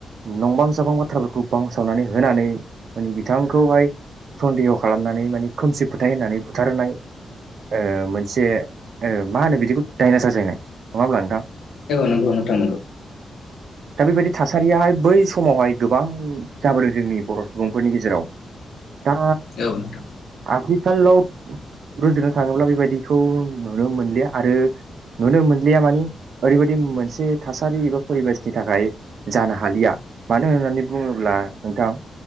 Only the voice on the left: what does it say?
नंगौ नोंथां।
औ नोंथां।